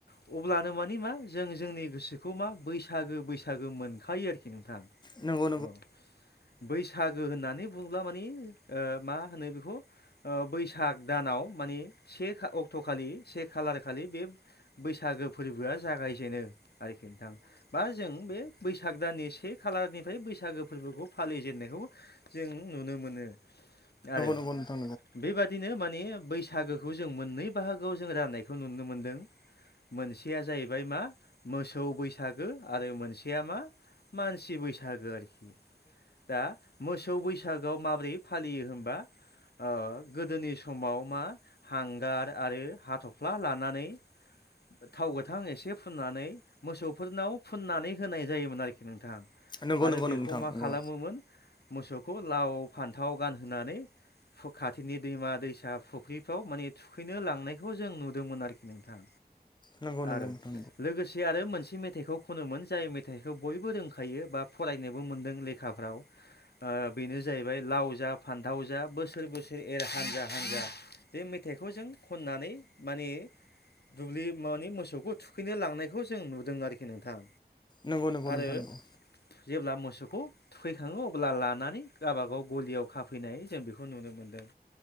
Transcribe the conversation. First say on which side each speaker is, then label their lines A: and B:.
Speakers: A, on the left; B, on the left.
A: अब्लानो मानि मा जों जोंनि गोसोखौ मा बैसागो बैसागो मोनखायो आरोखि नोंथां।
B: नंगौ
A: औ बै सागो होननानै बुङोब्ला माने ओ मा होनो बेखौ ओ बैसाग दानाव मानि से अक्ट'खालि से खालार खालि बे बैसागो फोरबोआ जागायजेनो आरोखि नोंथां बा जों बे बैसाग दाननि से खालारनिफ्राय बैसागो फोरबोखौ फालिजेननायखौ जों नुनो मोनो, आरो
B: नंगौ नोंथां नंगौ नोंथां नंगौ
A: बेबादिनो माने बै सागोखौ जों मोननै बाहागोआव जो राननायखौ नुनो मोनदों। मोनसेया जाहैबाय मा मोसौ बैसागो आरो मोन सेया मा मानसि बैसागो आरोखि। दा मोसौ बैसाग बैसागोआव माबोरै फालियो होनबा ओ गोदोनि समाव मा हांगार आरो हाथ'फ्ला लानानै थाव गोथां एसे फुननानै मोसौफोरनाव फुननानै होनाय जायोमोन आरोखि नोंथां
B: नंगौ
A: आरो
B: नंगौ
A: बेखौ
B: नोंथां
A: मा
B: नंगौ
A: खालामोमोन मोसौखौ लाव फान्थाव गानहोनानै खाथिनि दैमा दैसा फुख्रिफ्राव माने थुखैनो लांनायखौ जों नुदोंमोन आरोखि नोंथां
B: नंगौ नंगौ
A: आरो
B: नोंथां
A: लोगोसे आरो मोनसे मेथाइखौ खनोमोन जाय मेथाइखौ बयबो रोंखायो बा फरायनोबो मोनदों लेखाफ्राव ओ बेनो जाहैबाय लाव जा फान्थाव जा बोसोर बोसोर एर हानजा हानजा बे मेथाइखौ जों खननानै माने दुब्लि माने मोसौखौ थुखैनो लांनायखौ जों नुदों आरोखि नोंथां
B: नंगौ नंगौ नोंथां नंगौ
A: आरो
B: नोंथां नंगौ
A: जेब्ला मोसौ खौ थुखैखाङो अब्ला लानानै गावबागाव गलियाव खाफैनाय जों बेखौ नुनो मोनदों